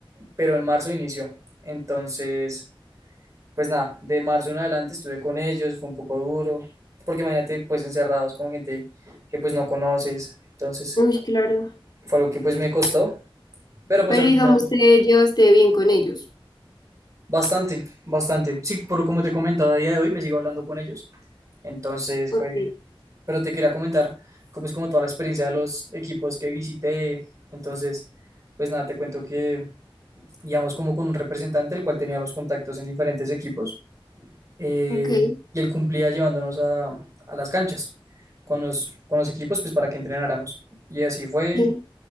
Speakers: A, on the right (about 35°); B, on the left (about 45°).
A: pero en marzo inició. Entonces... pues nada, de marzo en adelante estuve con ellos, fue un poco duro, porque imagínate pues encerrados con gente que pues no conoces, entonces
B: uy, claro.
A: fue algo que pues me costó, pero pues
B: Pero
A: al final
B: digamos, te llevaste bien con ellos.
A: bastante, bastante. Sí, por como te comentaba a día de hoy me sigo hablando con ellos, entonces
B: Ok,
A: fue, pero te quería comentar cómo es como toda la experiencia de los equipos que visité, entonces pues nada, te cuento que íbamos como con un representante el cual tenía los contactos en diferentes equipos. eh,
B: ok,
A: y él cumplía llevándonos a, a las canchas con los, con los equipos pues para que entrenáramos. Y así fue,
B: sí,